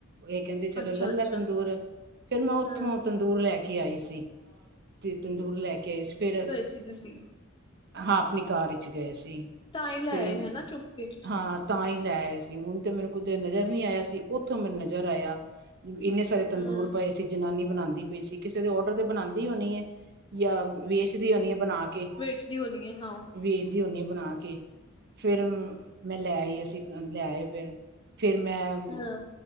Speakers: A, on the right; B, on the left.
A: ਇਹ ਕਹਿੰਦੇ ਚਲੋ
B: ਅੱਛਾ
A: ਲਲ
B: ਅੱਛਾ
A: ਲੈ ਤੰਦੂਰ ਫਿਰ ਮੈਂ ਉੱਥੋਂ
B: ਹਾਂ
A: ਤੰਦੂਰ ਲੈ ਕੇ ਆਈ ਸੀ ਤੇ ਤੰਦੂਰ ਲੈ ਕੇ ਆਈ ਸੀ ਫਿਰ
B: ਅੱਸੀ ਤੁੱਸੀਂ
A: ਹਾਂ ਆਪਣੀ ਕਾਰ ਇਚ ਗਏ ਸੀ
B: ਤਾਂ ਹੀ ਲੈ
A: ਫਿਰ
B: ਆਏ ਹਨਾ ਚੁੱਕ ਕੇ
A: ਹਾਂ ਤਾਂਈ ਲੈ ਆਏ ਸੀ, ਹੁਣ ਤੇ ਮੈਨੂੰ ਕੁੱਦੇ ਨਜ਼ਰ ਨਹੀਂ ਆਇਆ ਸੀ, ਉੱਥੋਂ ਮੈਨੂੰ ਨਜ਼ਰ ਆਇਆ। ਇੰਨੇ ਸਾਰੇ ਤੰਦੂਰ
B: ਹਾਂ
A: ਪਏ ਸੀ, ਜਨਾਨੀ ਬਣਾਂਦੀ ਪਈ ਸੀ। ਕਿਸੇ ਦੇ ਔਡਰ ਦੇ ਬਣਾਂਦੀ ਹੋਣੀ ਏ। ਯਾ, ਵੇਚਦੀ ਹੋਣੀ ਏ ਬਣਾਕੇ।
B: ਚਦੀ ਹੋਣੀ ਹੈ, ਹਾਂ।
A: ਵੇਚਦੀ ਹੋਦੀ ਏ ਬਣਾਕੇ, ਫਿਰ ਮੈਂ, ਲਿਆਈ ਸੀ ਲਿਆਏ ਫਿਰ। ਫਿਰ 'ਮੈਂ
B: ਹਾਂ